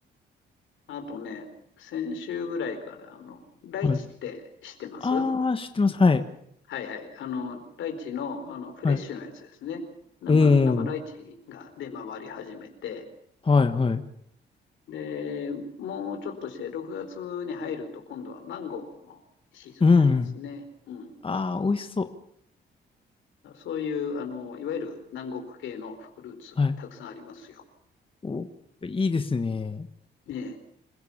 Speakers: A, on the left; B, on the left.
A: あとね、先週ぐらいから、あの、ライチって知ってます
B: はい。ああ、知ってます。はい。
A: はいはい。あの、ライチの、あの、フレッシュのやつですね。
B: はい。
A: 生、
B: おー。
A: 生ライチが出回り始めて、
B: はい、はい。
A: で、もうちょっとして6月に入ると今度はマンゴーのシーズンになりますね。
B: うん。
A: うん。
B: ああ、美味しそ
A: そういう、あの、いわゆる南国系のフルーツたくさんありますよ。
B: う。はい。お、いいですね。
A: ねえ。